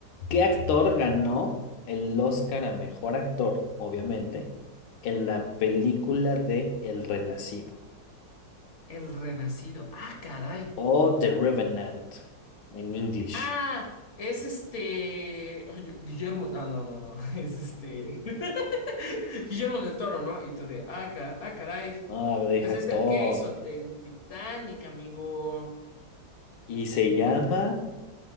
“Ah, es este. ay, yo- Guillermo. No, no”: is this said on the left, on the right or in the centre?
Left